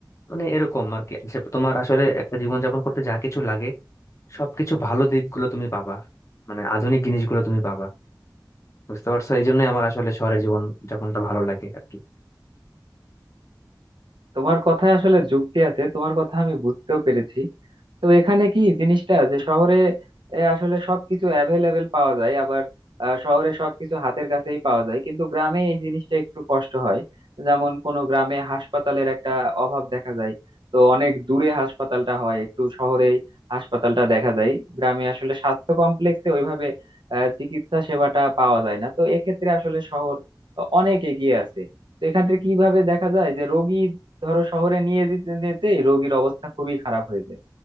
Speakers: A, on the left; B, on the right.
A: মানে এরকম আর কি সে তোমার আসলে একটা জীবনযাপন করতে যা কিছু লাগে সবকিছু ভালো দিকগুলো তুমি পাবা মানে আধুনিক জিনিসগুলো তুমি পাবা বুঝতে পারছো এই জন্যই আমার আসলে শহরের জীবন যাপনটা ভালো লাগে আর কি
B: তোমার কথায় আসলে যুক্তি আছে তোমার কথা আমি বুঝতেও পেরেছি তো এখানে কি জিনিসটা যে শহরে এ, আসলে সবকিছু অ্যাভেলেবেল পাওয়া যায় আবার আহ, শহরে সবকিছু হাতের কাছেই পাওয়া যায় কিন্তু গ্রামে এই জিনিসটা একটু কষ্ট হয় যেমন কোনো গ্রামে হাসপাতালের একটা অভাব দেখা যায় তো অনেক দূরে হাসপাতালটা হয় একটু শহরেই হাসপাতালটা দেখা যায় গ্রামে আসলে স্বাস্থ্য কমপ্লেক্সে ওইভাবে আহ, চিকিৎসা সেবাটা পাওয়া যায় না তো এক্ষেত্রে আসলে শহর অনেক এগিয়ে আছে তো এখান থেকে কিভাবে দেখা যায় যে রোগী ধরো শহরে নিয়ে যেতে যেতেই রোগীর অবস্থা খুবই খারাপ হয়ে যায়